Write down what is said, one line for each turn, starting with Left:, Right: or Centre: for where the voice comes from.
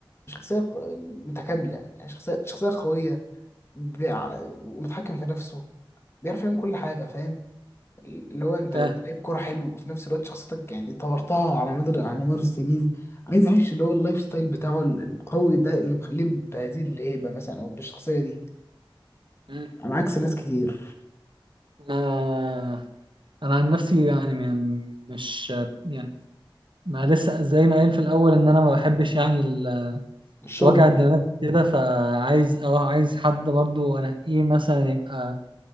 Left: شخصية ق- متكاملة يعني شخصية شخصية قوية بيع- متحكم في نفسه بيعرف يعمل كل حاجة فاهم اللي هو انت
Right: فاهم
Left: لعيب كوره حلو وفي نفس الوقت شخصيتك يعني طورتها على مدار على مدار السنين عايز اعيش اللي هو اللايف ستايل بتاعه ال- القوي ده اللي مخليه بهذه الهيبه مثلا او بالشخصيه دي
Right: مم.
Left: على عكس ناس كتير
Right: ما- انا عن نفسي يعني م- مش يعني ما لسه زي ما قايل في الاول ان انا ما بحبش يعني ال-
Left: الشهره
Right: وجع الدماغ كده فعايز اه عايز حد برضو انقيه مثلا يبقى